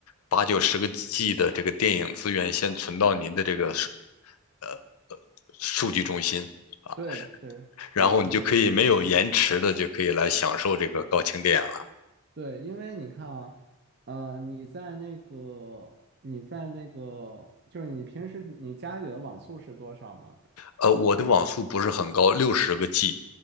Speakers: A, on the left; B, on the right.
A: 八九十个 G 的这个电影资源先存到您的这个数呃数据中心啊，
B: 对，是，
A: 然后你就可以没有延迟的就可以来享受这个高清电影了。
B: 对，是这样。对，因为你看啊，呃，你在那个，你在那个，就是你平时你家里的网速是多少吗？
A: 呃，我的网速不是很高，六十个 G